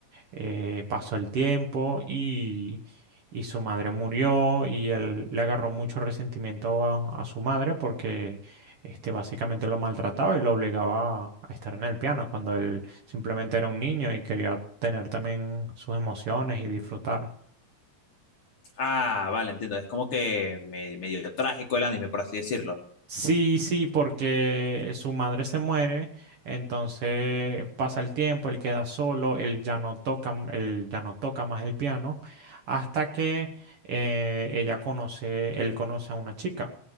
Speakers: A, on the right (about 55°); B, on the left (about 50°).
A: Eh, pasó el tiempo y, y su madre murió y él le agarró mucho resentimiento a, a su madre porque este, básicamente lo maltrataba y lo obligaba a, a estar en el piano cuando él simplemente era un niño y quería tener también sus emociones y disfrutar.
B: ah, vale, entiendo, es como que me- medio trágico el anime, por así decirlo.
A: Sí, sí, porque su madre se muere, entonces pasa el tiempo, él queda solo, él ya no toca, m- él ya no toca más el piano, hasta que eh, ella conoce, él conoce a una chica.